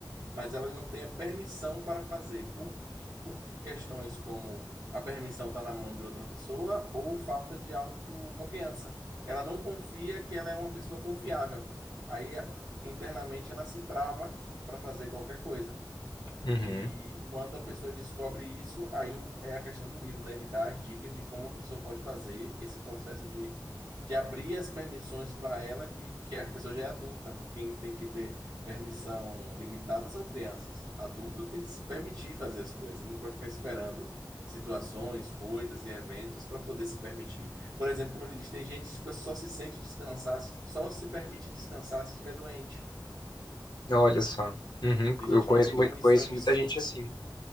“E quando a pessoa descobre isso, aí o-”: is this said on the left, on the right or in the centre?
Right